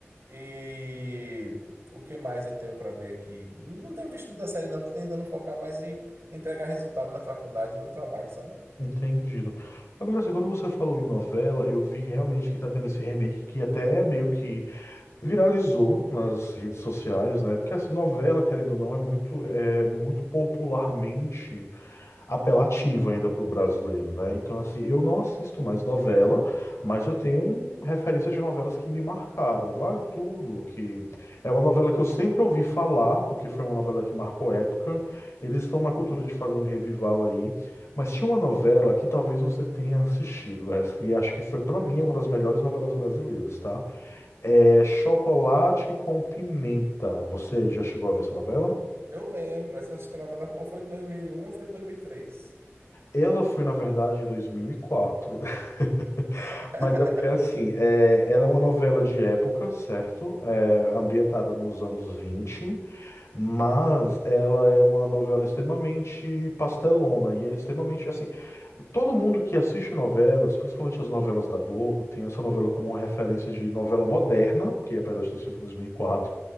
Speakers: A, on the right (about 60°); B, on the left (about 85°).
A: E o que mais eu tenho para ver aqui? Não tenho visto muita série, não. Estou tentando focar mais em entregar resultado na faculdade e no trabalho, sabe?
B: Entendido. Agora, assim, quando você falou em novela, eu vi realmente que tá tendo esse remake que até é meio que Viralizou nas redes sociais, né? Porque assim, novela, querendo ou não, é muito, é muito popularmente apelativa ainda para o brasileiro, né? Então, assim, eu não assisto mais novela, mas eu tenho um referência de novelas que me marcaram. Vale Tudo, que é uma novela que eu sempre ouvi falar, porque foi uma novela que marcou época. Eles estão na cultura de fazer um revival aí. Mas tinha uma novela que talvez você tenha assistido essa, e acho que foi, para mim, uma das melhores novelas brasileiras, tá? É Chocolate com Pimenta. Você já chegou a ver essa novela?
A: Eu lembro, essa acho que a novela ou foi em 2001 ou foi em 2003.
B: Ela foi, na verdade, em dois mil e quatro, <laughs>
A: <laughs>
B: Mas é porque, assim, é, ela é uma novela de época, certo? É ambientada nos anos 20, mas ela é uma novela extremamente pastelona e é extremamente, assim, todo mundo que assiste novelas, principalmente as novelas da Globo, tem essa novela como uma referência de novela moderna, porque apesar de ter sido 2004,